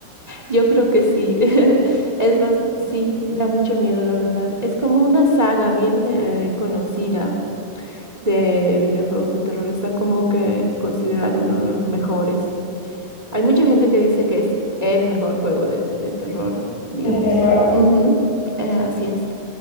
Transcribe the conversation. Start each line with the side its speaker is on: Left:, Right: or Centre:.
Right: yo creo que sí. <laughs> Es bas- sí, da mucho miedo, la verdad. Es como una saga bien eh, conocida de videojuegos de terror. Está como que considerado uno de los mejores.
Left: <laughs>
Right: Hay mucha gente que dice que es el mejor juego de, de terror, digamos.
Left: ¿De terror?
Right: Ujú, eh, así es.